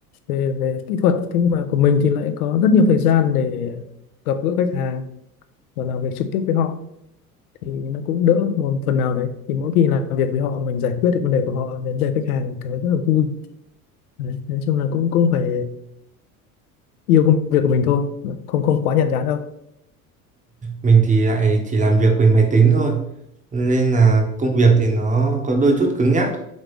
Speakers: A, on the left; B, on the right.
A: về về kỹ thuật thế nhưng mà của mình thì lại có rất nhiều thời gian để gặp gỡ khách hàng và làm việc trực tiếp với họ thì nó cũng đỡ một phần nào đấy thì mỗi khi làm việc với họ mình giải quyết được vấn đề của họ vấn đề khách hàng cảm thấy rất là vui đấy. nói chung là cũng cũng phải yêu công việc của mình thôi không không quá nhàm chán đâu
B: mình thì lại chỉ làm việc với máy tính thôi nên là công việc thì nó có đôi chút cứng nhắc